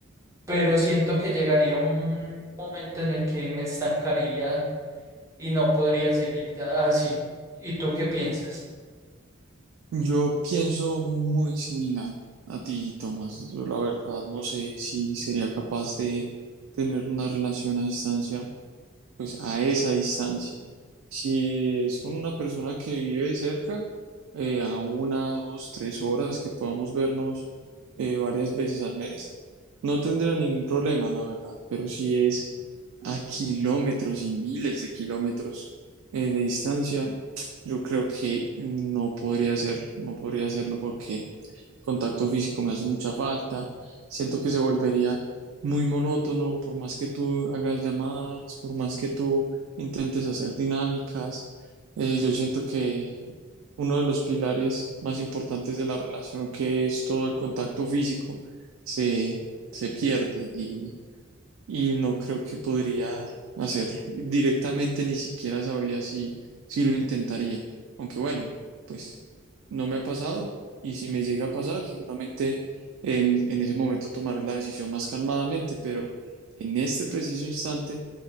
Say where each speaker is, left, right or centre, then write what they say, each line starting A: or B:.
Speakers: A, on the right; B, on the right.
A: pero siento que llegaría un momento en el que me estancaría y no podría seguir así. ¿Y tú qué piensas?
B: Yo pienso muy similar a ti, Tomás. Yo la verdad no sé si sería capaz de tener una relación a distancia, pues a esa distancia Si es con una persona que vive cerca, eh, a una, dos, tres horas que podamos vernos eh, varias veces al mes, no tendría ningún problema, la verdad. Pero si es a kilómetros y miles de kilómetros eh, de distancia, yo creo que no podría hacerlo, no podría hacerlo porque contacto físico me hace mucha falta, siento que se volvería muy monótono por más que tú hagas llamadas, por más que tú intentes hacer dinámicas. Eh, yo siento que uno de los pilares más importantes de la relación, que es todo el contacto físico, se, se pierde y y no creo que podría hacerlo. Directamente ni siquiera sabría si, si lo intentaría. Aunque bueno, pues no me ha pasado y si me llega a pasar, seguramente en, en ese momento tomaré la decisión más calmadamente, pero en este preciso instante